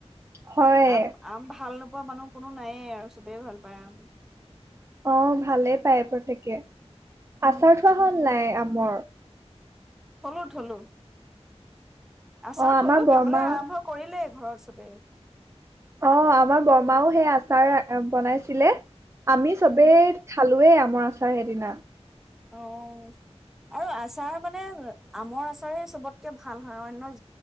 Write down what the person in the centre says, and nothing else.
আম আম ভাল নো নোখোৱা মানুহ কোনো নায়য়ে আৰু চবেই ভাল পায়
উম,
উম,
থলো থলো আচাৰত
হলো
খাবলৈ আৰম্ভ কৰিলেই ঘৰত চবে।
উম,
অ' আৰু আচাৰ মানে আমৰ আচাৰেই চবতকে ভাল হয়। অন্য